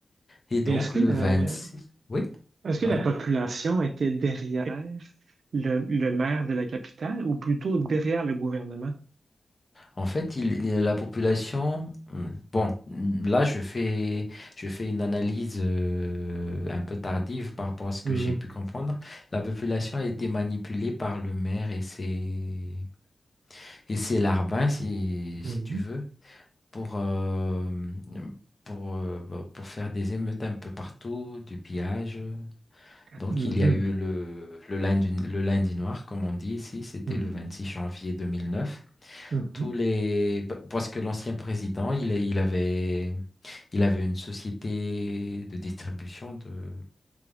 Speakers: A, on the left (about 35°); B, on the right (about 80°).
A: Et donc
B: Et Est-ce que,
A: le
B: euh,
A: 26. oui,
B: est-ce que
A: pardon.
B: la population était derrière le, le maire de la capitale ou plutôt derrière le gouvernement?
A: En fait, il, il- la population, Hmm. bon, hmm, là je fais, je fais une analyse euh, un peu tardive par rapport à ce que
B: Mhm.
A: j'ai pu comprendre. La population a été manipulée par le maire et ses, et ses larbins, si,
B: Mhm.
A: si tu veux, pour, euh, pour, euh, bah, pour faire des émeutes un peu partout, du pillage. Donc
B: Mhm.
A: il y a eu le, le lundi, le lundi noir, comme on dit ici, c'était
B: Mhm.
A: le 26 janvier 2009
B: Mhm.
A: tous les pa- parce que l'ancien président il, est- il avait il avait une société de distribution de